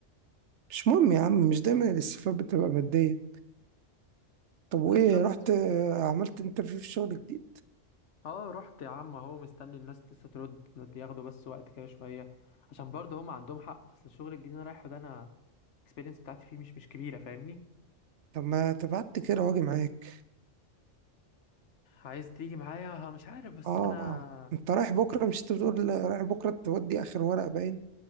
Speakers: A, on the right; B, on the left.
A: مش مهم يا عم مش دايما الاستفادة بتبقى مادية طب وايه
B: بالظبط
A: رحت آه، عملت انترفيو في شغل جديد
B: اه رحت يا عم اهو مستني الناس لسه ترد بياخدوا بس وقت كده شويه عشان برضه هم عندهم حق اصل الشغل الجديد اللي أنا رايحه ده انا الاكسبيرينس بتاعتي فيه مش مش كبيره فاهمني
A: طب ما تبعت كده واجي معاك
B: عايز تيجي معايا ها، مش عارف بس
A: اه
B: انا
A: آه. انت رايح بكرة مش انت بتقول رايح بكرة تودي اخر ورق باين